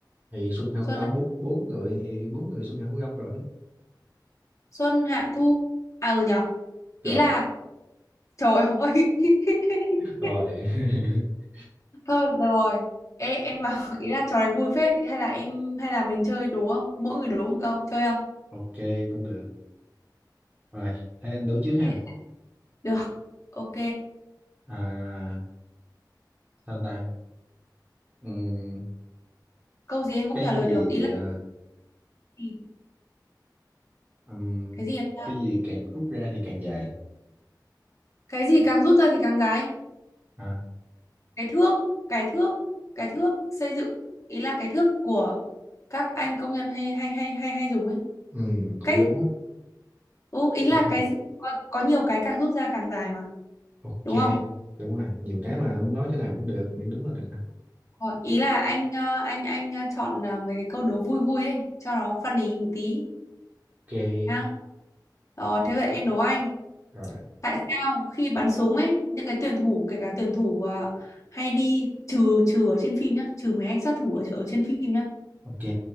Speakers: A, on the right; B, on the left.
A: thì Xuân Hạ Hữu
B: Xuân
A: Đông bốn bốn người thì bốn người Xuân Hạ Hữu Đông rồi.
B: Xuân Hạ Thu à ừ nhở ý
A: Rồi.
B: là trời ơi <laughs>
A: Rồi. <laughs>
B: Thôi được rồi. Ê, em bảo <laughs> ý là trò này vui phết hay là em hay là mình chơi đố không? Mỗi người đố một câu, chơi không?
A: Ok cũng được. Rồi, thế anh đấu trước ha.
B: Thế- Được. Ok.
A: À, sao ta? Ừm,
B: Câu gì em cũng
A: cái
B: trả lời
A: gì
B: được. Ý là
A: à,
B: cái gì?
A: ừm,
B: Cái gì này nhá?
A: cái gì càng rút ra thì càng dài.
B: Cái gì càng rút ra thì càng dài?
A: À,
B: Cái thước, cái thước, cái thước xây dựng. Ý là cái thước của các anh công nhân hay hay hay hay hay dùng ấy.
A: Ừ, cũng
B: Cách
A: đúng.
B: ừ, ý là
A: Đúng rồi.
B: cái gì? Có, có nhiều cái càng rút ra càng dài mà,
A: Ok,
B: đúng không?
A: đúng rồi. Nhiều cái mà muốn nói cái nào cũng được, miễn đúng là được nè.
B: Ờ, ý là anh ờ, anh anh ờ, chọn ờ, mấy cái câu đố vui vui ấy cho nó funny một tí
A: Ok,
B: nhá rồi thế vậy em đố anh
A: rồi.
B: tại sao khi bắn súng ấy những cái tuyển thủ kể cả tuyển thủ ờ, hay đi trừ trừ ở trên phim nhá trừ mấy anh sát thủ ở, ở trên phim nhá
A: Ok,